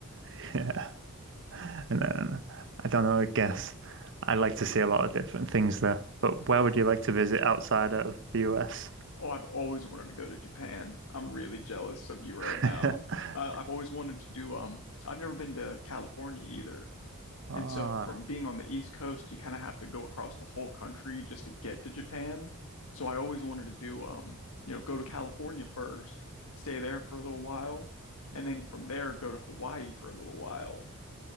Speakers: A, on the right; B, on the left.
A: <laughs> Yeah. And then I don't know, I guess I'd like to see a lot of different things there. But where would you like to visit outside of the US?
B: Oh, I've always wanted to go to Japan. I'm really jealous of you right
A: <laughs>
B: now. I, I've always wanted to do um I've never been to California either.
A: Ah,
B: And so from being on the East Coast, you kind of have to go across the whole country just to get to Japan. So I always wanted to do, um, you know, go to California first, stay there for a little while, and then from there go to Hawaii for a little while